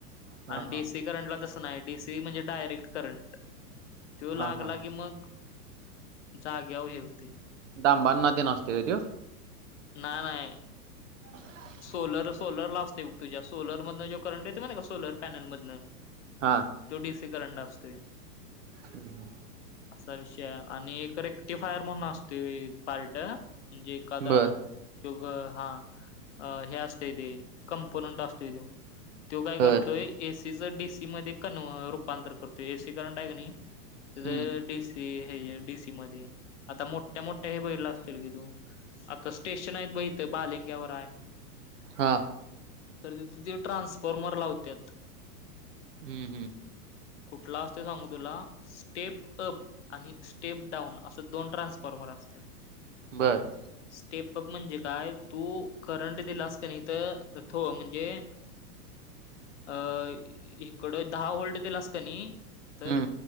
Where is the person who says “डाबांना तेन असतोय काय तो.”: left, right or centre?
Right